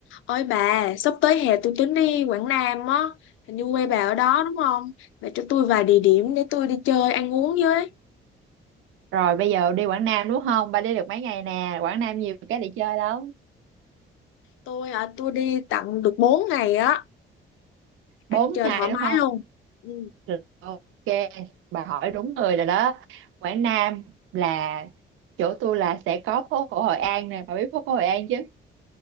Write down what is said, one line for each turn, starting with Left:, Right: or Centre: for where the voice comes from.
Left: Ôi bà, sắp tới hè tôi tính đi Quảng Nam á, hình như quê bà ở đó đúng không? Bà cho tôi vài địa điểm để tôi đi chơi ăn uống với.
Right: Rồi bây giờ đi Quảng Nam đúng không? Ba đi được mấy ngày nè, Quảng Nam nhiều cái để chơi lắm.
Left: Tôi hả, tôi đi tận được 4 ngày á,
Right: Bốn
Left: ăn chơi
Right: ngày
Left: thoải mái
Right: đúng không?
Left: luôn. Ừ.
Right: Được, Ok, bà hỏi đúng người rồi đó. Quảng Nam là chỗ tôi là sẽ có phố cổ Hội An nè, bà biết phố cổ Hội An chứ?